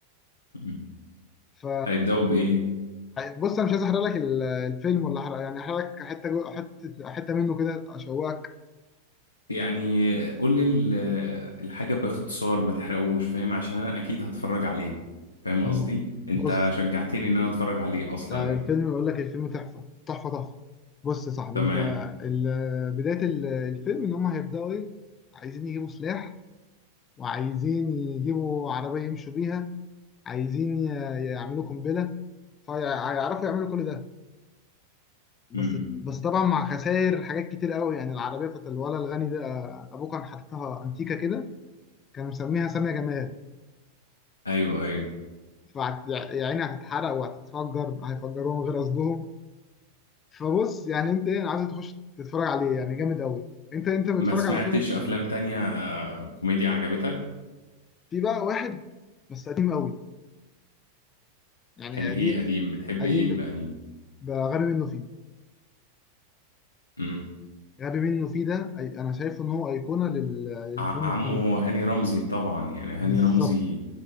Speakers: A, on the left; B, on the left.
A: أمم.
B: ف
A: هيبداوا بايه
B: بص انا مش عايز احرق لك ال- الفيلم ولا احرق يعني احرق لك حته جو- حته حته منه كده اشوقك
A: يعني قول لي ال- الحاجه باختصار ما تحرقوش فاهم عشان انا اكيد هتفرج عليه فاهم
B: طب
A: قصدي انت
B: بص
A: شجعتني ان انا اتفرج عليه اصلا
B: آه،
A: يعني
B: الفيلم بقول لك الفيلم تحفة تحفة تحفة بص يا صاحبي
A: تمام
B: انت ال- بداية ال- الفيلم ان هم هيبدأوا ايه عايزين يجيبوا سلاح وعايزين يجيبوا عربية يمشوا بيها عايزين ي- يعملوا قنبلة فيعرفوا يعملوا كل ده بس
A: امم
B: بس طبعا مع خسائر حاجات كتير قوي يعني العربية بتاعت الولد الغني ده آه، ابوه كان حاططها انتيكة كده كان مسميها سامية جمال
A: ايوه ايوه
B: فيعني هتتحرق وهتتفجر هيفجروها من غير قصدهم فبص يعني انت ايه انا عايز تخش تتفرج عليه يعني جامد قوي انت انت بتتفرج
A: ما سمعتش
B: على فيلم
A: افلام تانية آه، كوميديا عجبتك
B: في بقى واحد بس قديم قوي يعني
A: كان ايه
B: قديم
A: قديم بتحب
B: قديم
A: ايه من
B: ب-
A: القديم
B: بقى غبي منه فيه
A: امم
B: غبي منه فيه ده أي- انا شايفه ان هو ايقونه لل-
A: ع-
B: للفيلم الكوميدي
A: عمو هاني رمزي طبعا يعني هاني
B: بالظبط
A: رمزي